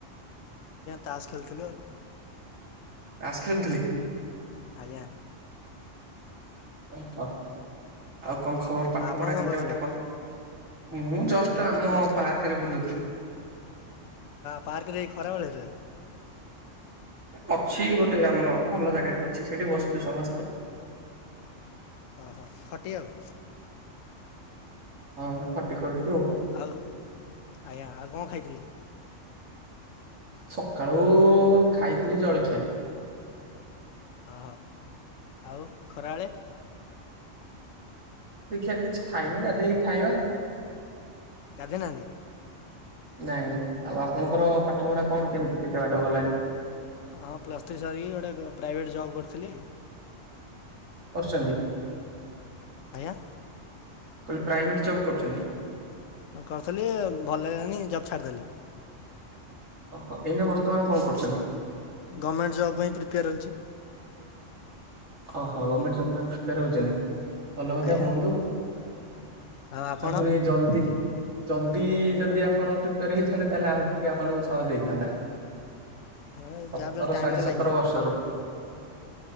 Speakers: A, on the left; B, on the right.
A: ତାସ ଖେଳୁଥିଲୁ ଆଉ
B: ତାସ ଖେଳୁଥିଲି।
A: <inaudible>
B: ଓହୋ ଆଉ କଣ ଖବର ପାଠ
A: ଆଉ ଆପଣ
B: ପଢା
A: କଣ
B: କେତେ
A: କରୁଥିଲେ?
B: ବାଟ କଣ ମୁଁ ଜଷ୍ଟ
A: ପାଠପଢ଼ା
B: ଆମ
A: ପ୍ଲସ୍ ଥ୍ରୀ
B: ପାର୍କରେ ବୁଲୁଥିଲି।
A: ପାର୍କରେ ଏଇ ଖରାବେେଳେ ଟାରେ
B: ଅଛି ଗୋଟେ ଆମର ଭଲ ଜାଗାଟେ ଅଛି ସେଠି ବସିଛୁ ସମସ୍ତେ।
A: ଓହୋ ଖଟି ଆଉ।
B: ହଁ ଖଟି କରୁଛୁ ଆଉ
A: ଆଉ ଆଜ୍ଞା ଆଉ କଣ ଖାଇଥିଲେ?
B: ସକାଳୁ ଖାଇଥିଲି ଜଳଖିଆ।
A: ହଁ ଆଉ ଖରାବେଳେ
B: ଦେଖିିବା କିଛି ଖାଇନି ଗାଧୋଇ ଖାଇବା।
A: ଗାଧୋଇ ନାହାନ୍ତି?
B: ନାଇଁ ଆଉ ଆପଣଙ୍କର ପାଠପଢା କଣ କେମିତି କେତେ ବାଟ ଗଲାଣି?
A: ହଁ ପ୍ଲସ୍ ଥ୍ରୀ ସାରିକି ଗୋଟେ ପ୍ରାଇଭେଟ ଜବ କରିଥିଲି।
B: କରିଛନ୍ତି।
A: ଆଜ୍ଞା।
B: କହିଲେ ପ୍ରାଇଭେଟ୍ ଜବ୍ କରୁଛନ୍ତି?
A: ହଁ କରିଥିଲି ଭଲ ଲାଗିଲାନି ଜବ ଛାଡିଦେଲି।
B: ଓହୋ ଏଇନେ ବର୍ତ୍ତମାନ କଣ କରୁଛନ୍ତି?
A: ଗଭର୍ଣ୍ଣମେଣ୍ଟ ଜବ୍ ପାଇଁ ପ୍ରିପେୟାର ହେଉଛି।
B: ଓହୋ ଗମେଣ୍ଟ ଜବ ପାଇଁ ପ୍ରିପେୟାର ହଉଛନ୍ତି। ଭଲ କଥା
A: ଆଜ୍ଞା।
B: କୁହନ୍ତୁ।
A: ଆଉ ଆପଣ?
B: ଆଉପରେ ଏଇ ଜଲଦି। ଜଲଦି ଯଦି ଆପଣ ପ୍ରିପେୟାର ହେଇଥାନ୍ତେ ତାହେଲେ ଆହୁରି ଟିକେ ଆପଣଙ୍କୁ ସହଜ ହେଇଥାନ୍ତା।
A: ହଁ
B: ସତର
A: ଯାହାବି ହେଲେ ଟାଇମ୍
B: ସାଢ଼େ
A: ତ
B: ସତର
A: ଲାଗିବ
B: ବର୍ଷରୁ।